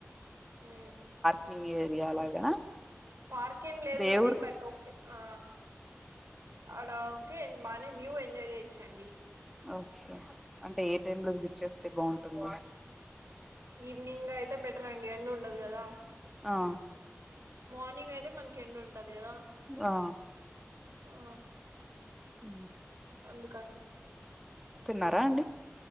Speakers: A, on the right (about 75°); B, in the centre.
A: ఊ
B: కింగ్ ఏరియా లాగానా
A: పార్క్ ఏం లేదు
B: దేవుడికి
A: గాని బట్ ఓకే ఆ అడ ఓకే బాగానే వ్యూ ఎంజాయ్ చేయోచ్చండి.
B: ఓకే అంటే ఏ టైమ్ లో విజిట్ చేస్తే బాగుంటుంది.
A: ఈవినింగ్ అయితే బెటర్ అండి ఎండ ఉండదు కదా
B: ఆ
A: మార్నింగ్ అయితే మనకి ఎండ ఉంటది కదా
B: ఆ
A: ఆ
B: ఊ
A: అందుకని
B: తిన్నారా అండి